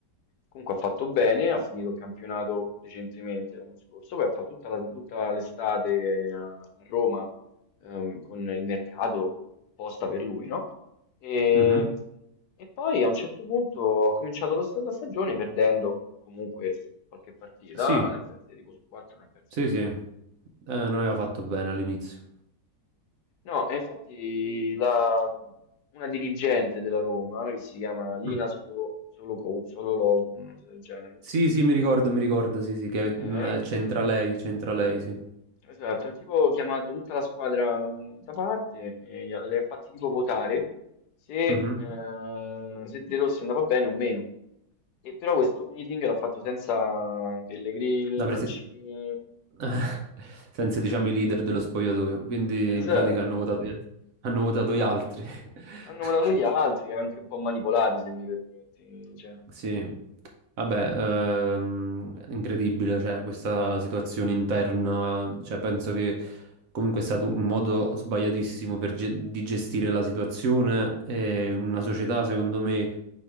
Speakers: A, on the left (about 70°); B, on the right (about 65°).
A: comunque ha fatto bene, ha finito il campionato decentemente l'anno scorso, poi ha fatto tutta la- tutta l'estate a, a Roma, ehm, con il mercato apposta per lui, no? E,
B: mhm.
A: e poi a un certo punto ho cominciato la, sta- la stagione perdendo comunque qualche partita,
B: Sì,
A: ne ha perse tipo su 4, ne ha perse
B: Sì,
A: 3.
B: sì, Eh, non aveva fatto bene all'inizio.
A: No, e infatti la- una dirigente della Roma, che si chiama Lina
B: Mm.
A: Solo, Solo, Co- Solo Loco, una cosa del genere,
B: Sì, sì, mi ricordo, mi ricordo, sì, sì, che
A: eh,
B: mm, eh, c'entra lei, c'entra lei, sì.
A: esatto, ha tipo chiamato tutta la squadra mh, da parte e gli ha- le ha fatti tipo votare se,
B: Mhm.
A: eh, se De Rossi andava bene o meno. E però questo meeting l'ha fatto senza Pellegrini,
B: La presi-
A: Mancini,
B: <laughs> senza,
A: capito?
B: diciamo, i leader dello spogliatoio, quindi
A: Esatto,
B: in pratica hanno votato, hanno votato
A: hanno,
B: gli altri.
A: hanno
B: <laughs>
A: votato gli altri, anche un po' manipolati, se mi permetti. cioè.
B: Sì, vabbè, ehm, incredibile, cioè, questa situazione interna, cioè, penso che comunque è stato un modo sbagliatissimo per ge- di gestire la situazione e una società, secondo me,